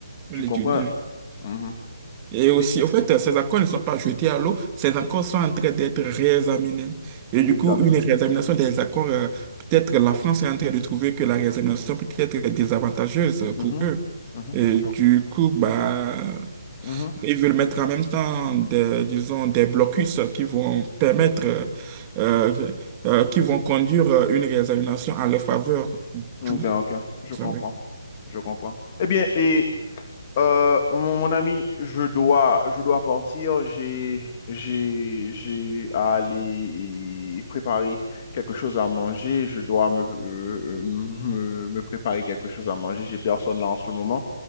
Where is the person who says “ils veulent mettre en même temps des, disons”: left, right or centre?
Right